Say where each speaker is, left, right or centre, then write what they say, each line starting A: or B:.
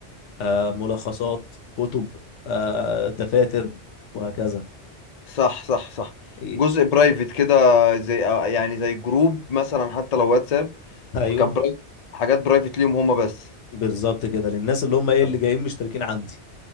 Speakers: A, on the left (about 80°); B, on the left (about 45°).
A: آه، ملخصات كتب آه، دفاتر وهكذا
B: صح صح صح
A: إيه،
B: جزء برايفت كده زي آه، يعني زي جروب مثلا حتى لو واتساب
A: أيوه
B: كبرايفت حاجات برايفت ليهم هما بس
A: بالظبط كده للناس اللي هم إيه
B: تمام.
A: اللي جايين مشتركين عندي